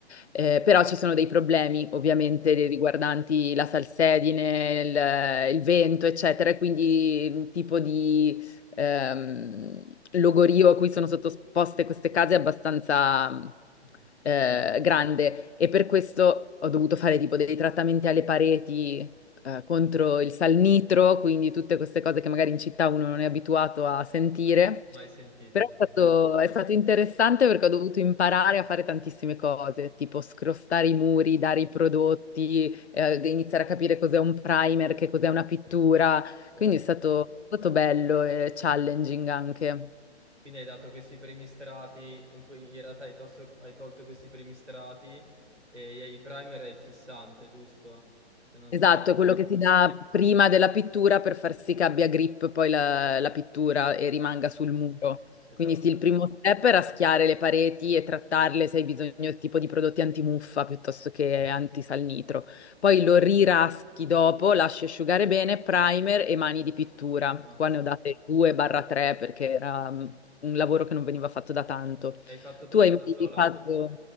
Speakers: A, on the left; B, on the right.
A: Eh, però ci sono dei problemi ovviamente riguardanti la salsedine, il, il vento, eccetera, e quindi un tipo di ehm, logorio a cui sono sottoposte queste case è abbastanza
B: mhm.
A: eh, grande e per questo ho dovuto fare tipo dei trattamenti alle pareti. eh, contro il salnitro, quindi tutte queste cose che magari in città uno non è abituato a sentire.
B: Mai, mai sentito,
A: Però
B: devo
A: è stato,
B: ammettere.
A: è stato interessante perché ho dovuto imparare a fare tantissime cose, tipo scrostare i muri, dare i prodotti, eh, iniziare a capire cos'è un primer, che cos'è una pittura.
B: Ok.
A: Quindi è stato, è stato bello e challenging anche.
B: Quindi hai dato questi primi strati in cui in realtà hai, tosto- hai tolto questi primi strati e i primer e il fissante, giusto? Se non
A: Esatto,
B: sbaglio.
A: è quello che si dà prima della pittura per far sì che abbia grip poi la, la pittura e rimanga
B: Esatto.
A: sul muro.
B: Esatto.
A: Quindi sì, il primo step è raschiare le pareti e trattarle se hai bisogno del tipo di prodotti antimuffa piuttosto che antisalnitro. Poi lo riraschi dopo, lasci asciugare bene, primer e mani di pittura.
B: Ammazza.
A: Qua ne ho date 2-3 perché era mm, un lavoro che non veniva fatto da tanto.
B: Hai fatto tutto
A: Tu hai mai
B: da sola?
A: fatto...